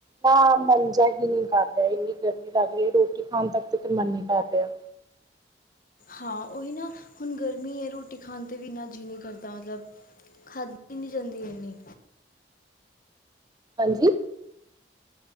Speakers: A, on the right (about 20°); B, on the left (about 50°).
A: ਹਾਂ ਮੰਨ ਜਾ ਹੀ ਨੀ ਕਰ ਰਿਹਾ ਇੰਨੀ ਗਰਮੀ ਲੱਗ ਰਹੀ ਹੈ ਰੋਟੀ ਖਾਣ ਤੱਕ ਤੇ ਮਨ ਹੀ ਕਰ ਰਿਹਾ।
B: ਹਾਂ ਉਹੀ ਨਾ ਹੁਣ ਗਰਮੀ ਹੈ ਰੋਟੀ ਖਾਣ ਤੇ ਵੀ ਇੰਨਾ ਜੀਅ ਨੀ ਕਰਦਾ ਮਤਲਬ। ਖਾਦੀ ਨੀ ਜਾਂਦੀ ਏਨੀ।
A: ਹਾਂਜੀ।